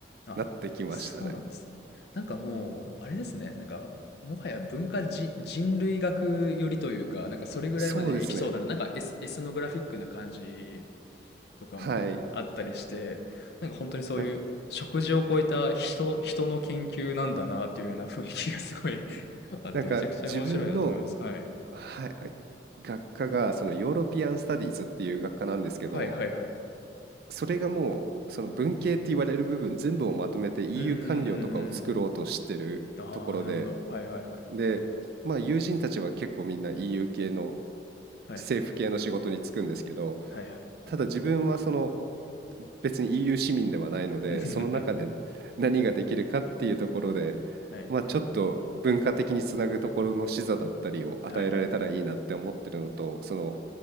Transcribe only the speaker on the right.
なってきましたね。
そうですね。
はい。
なん
なんか自分の
はい、あ学科がそのヨーロピアン・スタディーズっていう学科なんですけど、
それがもうその文系って言われる部分全部をまとめて EU
官僚とかを作ろうとしてるところで、
で、まあ友人たちは結構みんな EU 系の
政府系の仕事に就くんですけど、
ただ自分はその別に EU 市民ではないので、
その中で何ができるかっていうところで、
まあ、ちょっと文化的につなぐところの視座だったりを与えられたらいいなって思ってるのと、
その